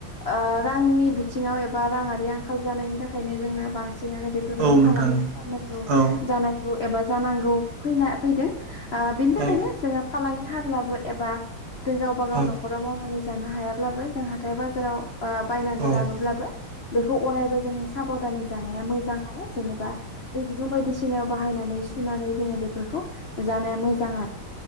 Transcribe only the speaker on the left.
ओ रांनि बिथिङाव एबा राङारि आंखाल जानायनि थाखायनो जोंना बां सिनानो बेफोरबायाददि
फालांगि खालामनांगौ
जानांगौ एबा जानांगौ फैना फैदों। ओ बिनि थाखायनो
जोङो फालांगि हाब्लाबो एबा जों गावबा गाव
न'खराव मावनानै जानो हायाब्लाबो जों हाथाय-बाजाराव ओ बायनानै
लाबोब्लाबो
बेखौ अरायबो जों साब'धानै जानाया मोजां आरो जेनेबा दै गुदुं बायदिसिना याव बाहायनानै सुनानै जोङो बेफोरखौ जानाया मोजां आरो